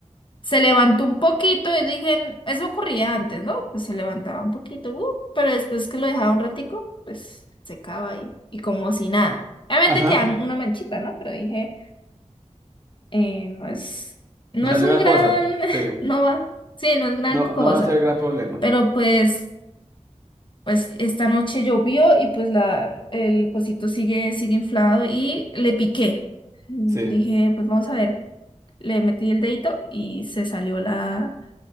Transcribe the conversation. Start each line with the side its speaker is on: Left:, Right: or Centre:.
Left: Se levantó un poquito y dije, eso ocurría antes, ¿no? Pues se levantaba un poquito, uh, pero después que lo dejaba un ratico, pues secaba ahí y como si nada. Obviamente
Right: Ajá,
Left: queda una manchita, ¿no? Pero dije, eh, no es, no
Right: no
Left: es
Right: es gran
Left: un gran,
Right: cosa.
Left: <laughs>
Right: Sí,
Left: no va, sí, no es gran
Right: no,
Left: cosa.
Right: no va a ser gran problema.
Left: Pero pues, pues esta noche llovió y pues la, el cosito sigue, sigue inflado y le piqué. Dije,
Right: Sí,
Left: pues vamos a ver, le metí el dedito y se salió la